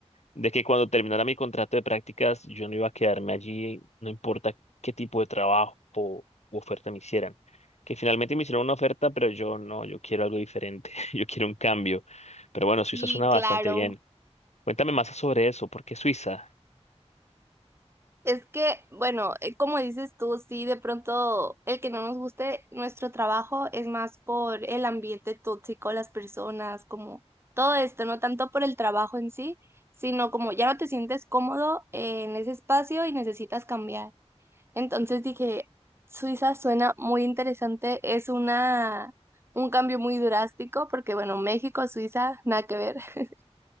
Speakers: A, on the left (about 75°); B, on the right (about 20°).
A: de que cuando terminara mi contrato de prácticas yo no iba a quedarme allí, no importa qué tipo de trabajo o u oferta me hicieran. Que finalmente me hicieron una oferta, pero yo no, yo quiero algo diferente, <laughs> yo quiero un cambio. Pero bueno, Suiza
B: Sí,
A: suena bastante
B: claro.
A: bien. Cuéntame más sobre eso, ¿por qué Suiza?
B: Es que, bueno, eh, como dices tú, sí, de pronto el que no nos guste nuestro trabajo es más por el ambiente tóxico, las personas, como todo esto, no tanto por el trabajo en sí, sino como ya no te sientes cómodo en ese espacio y necesitas cambiar. Entonces dije, Suiza suena muy interesante, es una, un cambio muy drástico, porque bueno, México, Suiza, nada que ver, <laughs>